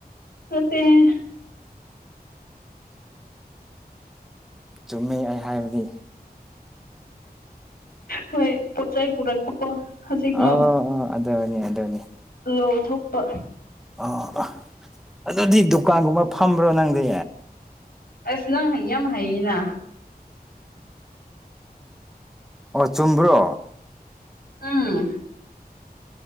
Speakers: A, on the left; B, in the centre.
A: ꯅꯠꯇꯦꯍꯦ
B: ꯆꯨꯝꯃꯤ ꯑꯩ ꯍꯥꯏꯕꯗꯤ꯫
A: ꯍꯣꯏ ꯄꯣꯠꯆꯩ ꯄꯨꯔꯛ ꯄꯀꯣ ꯍꯧꯖꯤꯛꯅ
B: ꯑ ꯑ ꯑꯗꯨꯅꯤ ꯑꯗꯨꯅꯤ
A: ꯂꯧꯊꯣꯛꯄ
B: ꯑ ꯑ ꯑꯗꯨꯗꯤ ꯗꯨꯀꯥꯟꯒꯨꯝꯕ ꯐꯝꯕ꯭ꯔꯣ ꯅꯪꯗꯤ꯫
A: ꯑꯁ ꯅꯪ ꯍꯩ ꯌꯥꯝ ꯍꯩꯌꯦꯅ꯫
B: ꯑꯣ ꯆꯨꯝꯕ꯭ꯔꯣ?
A: ꯎꯝ